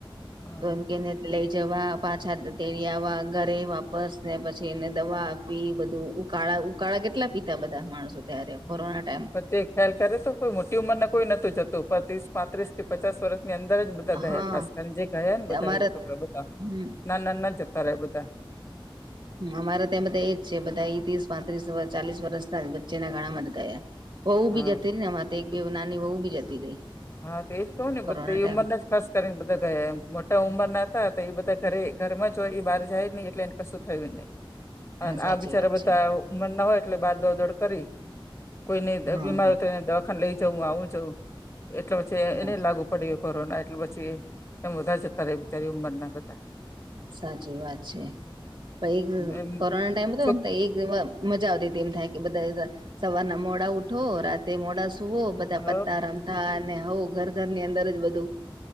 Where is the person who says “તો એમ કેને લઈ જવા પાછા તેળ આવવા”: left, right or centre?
Right